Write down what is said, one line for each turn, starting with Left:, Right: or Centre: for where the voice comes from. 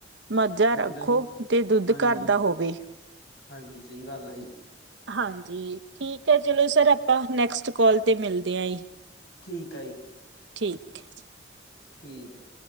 Right: ਮੱਝਾ ਰੱਖੋ
Left: ਦਹੀਂ
Right: ਤੇ ਦੁੱਧ
Left: ਹਾਂਜੀ,
Right: ਘਰ ਦਾ ਹੋਵੇ।
Left: ਹਾਂਜੀ ਸਹੀ ਗੱਲ ਆ ਜੀ
Right: ਹਾਂਜੀ ਠੀਕ ਐ। ਚਲੋ ਸਰ ਆਪਾਂ ਨੈਕਸਟ ਕੋਲ ਤੇ ਮਿਲਦੇ ਆ ਜੀ।
Left: ਠੀਕ ਆ ਜੀ।
Right: ਠੀਕ ਐ ਜੀ।
Left: ਠੀਕ ਐ।